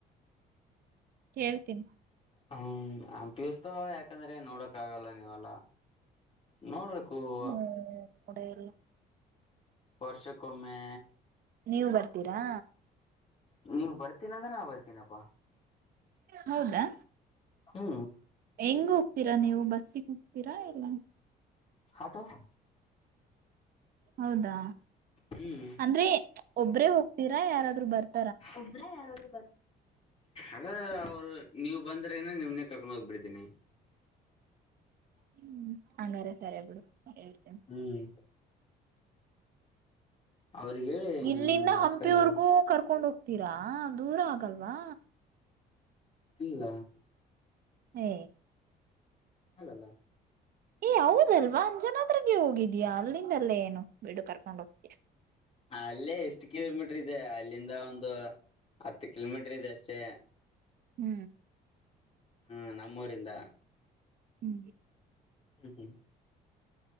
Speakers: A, on the right (about 60°); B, on the left (about 35°).
A: ಕೇಳ್ತೀನಿ
B: ಹೂ ಅಂಪಿಸ್ತವ ಯಾಕಂದ್ರೆ ನೋಡಕ್ ಆಗಲ್ಲ ನೀವಲ್ಲಾ ನೋಡ್ಬೇಕ ಗೋವಾ
A: ನೋಡ ಎಲ್ಲ
B: ವರ್ಷ ಕೊಮ್ಮೆ
A: ನೀವು ಬರ್ತೀರಾ
B: ನೀವು್ ಬರ್ತೀನಿ ಅಂದ್ರೆ ನಾವು ಬರ್ತೀನಪ್ಪಾ
A: ಹೌದಾ
B: ಹೂ
A: ಹೆಂಗ ಹೋಗ್ತೀರಾ ನೀವು ಬಸ್ಸಿಗೆ ಹೋಗ್ತೀರಾ ಇಲ್ಲ
B: ಆಟೋ
A: ಹೌದಾ
B: ಹ್ಮ್
A: ಅಂದ್ರೆ ಒಬ್ರೇ ಹೋಗ್ತರ ಯಾರಾದ್ ಬತ
B: ಒಬ್ಬ್ರ ಯಾರಾದ್ರು ಅದ ಅವ್ರು ನೀವ್ ಬಂದ್ರೆ ಏನ ನಿವ್ನೆೇ ಕರ್ಕೊಂಡ್ ಹೋಗ್ಬಿಡ್ತೀನಿ
A: ಹೂ ಹಂಗಾರ ಸರಿ ಬಿಡು ಹೇಳ್ತೀನಿ
B: ಹ್ಮ್ ಅವ್ರಿಗೆ
A: ಇಲ್ಲಿಂದ
B: ಆ
A: ಹಂಪಿವರ್ಗೂ
B: ಕಡೆ
A: ಕರ್ಕೊಂಡುೋಗ ಹತೀರಾ ದೂರ ಆಗಲ್ವಾ
B: ಇಲ್ಲ
A: ಹೇ
B: ಹಾಗಲ್ಲ
A: ಏ ಹೌದಲ್ವಾ ಅಂಜನಾದ್ರಗೆ ಹೋಗಿದಯಾ ಅಲ್ಲಿಂದಲ್ಲೇ ಏನು ಬಿಡು ಕರ್ಕೊಂಡು ಹೋಗ್ತಿಯಾ
B: ಅಲ್ಲೇ ಎಷ್ಟು ಕಿಲೋಮೀಟರ್ ಇದೆ ಅಲ್ಲಿಂದ ಒಂದು ಹತ್ತು ಕಿಲೋಮೀಟರ್ ಇದೆ ಅಷ್ಟೇ
A: ಹೂ
B: ಹಾ ನಮ್ಮೂರಿಂದ
A: ಹಂಗೆ
B: ಹೂ ಹೂ